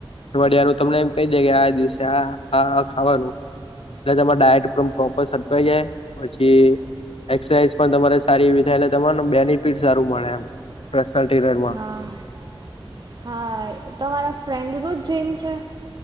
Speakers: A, on the left; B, on the right.
A: અઠવાડિયાનું તમને એમ કહી દે કે આ દિવસે આ આ ખાવાનું. એટલે તમારા ડાયટ પણ પ્રોપર સચવાઈ જાય પછી એરસાઝ પણ તમારી સારી એવી થાય એટલે તમા બેનિફિટ સારું મળે એમ પર્સનલ ટ્રેનરમાં.
B: હા, હા તમારા ફ્રેન્ડનુ જ જીમ છે?